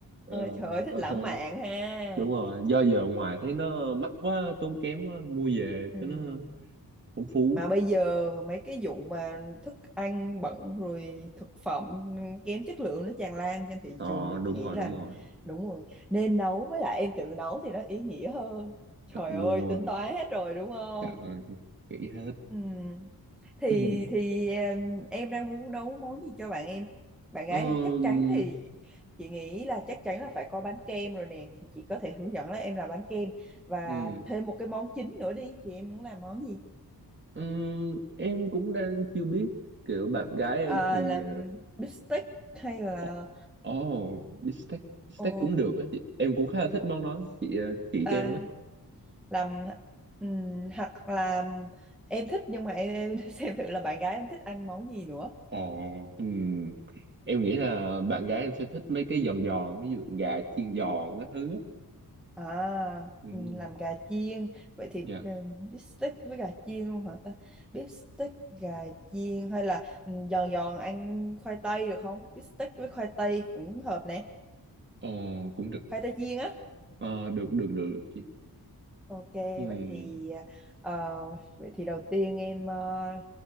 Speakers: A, on the right; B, in the centre.
A: Ờ,
B: trời ơi, thích
A: ờ,
B: lãng
A: ờ.
B: mạn ha.
A: đúng rồi do giờ ngoài thấy nó mắc quá tốn kém quá mua về
B: ừ,
A: cho nó phong phú
B: Mà bây giờ mấy cái vụ mà thức ăn bẩn rồi thực phẩm kém chất lượng nó tràn lan trên thị
A: ờ
B: trường thì
A: đúng
B: chị nghĩ
A: rồi
B: là
A: đúng rồi
B: đúng rồi. Nên nấu với lại em tự nấu thì nó ý nghĩa hơn. Trời
A: chọn luôn
B: ơi, tính toán hết rồi đúng không?
A: trời ơi nghĩ hết
B: Ừ. Thì
A: <clears throat>
B: thì em, em đang muốn nấu món gì cho bạn em. Bạn
A: Ờm,
B: gái em chắc chắn thì chị nghĩ là chắc chắn là phải có bánh kem rồi nè, thì chị có thể hướng dẫn là em làm bánh kem và
A: ừm,
B: thêm một cái món chính nữa đi thì em muốn làm món gì?
A: ừm, em cũng đang chưa biết kiểu bạn gái em
B: Ờ,
A: thì
B: làm bít tết hay là
A: uh, oh, bistec bistec
B: ồ,
A: cũng được á chị em cũng khá là thích món đó chị ờ, chị
B: à,
A: cho em với
B: làm ừm, hoặc là em thích nhưng mà em, em <laughs> xem thử là bạn gái em thích ăn món gì nữa.
A: Ồ, ừm, em nghĩ là bạn gái em sẽ thích mấy cái giòn giòn ví dụ gà chiên giòn các thứ á
B: À,
A: Ừm,
B: ừ, làm gà chiên. Vậy thì
A: dạ
B: ừ, beef steak với gà chiên luôn hả ta? Beef steak, gà chiên hay là ừ, giòn giòn ăn khoai tây được không? Beef steak với khoai tây cũng hợp nè.
A: Ồ, cũng được
B: Khoai tây chiên á.
A: Ờ, được được được chị
B: Ok,
A: Ừm,
B: vậy thì ờ, vậy thì đầu tiên em ờ,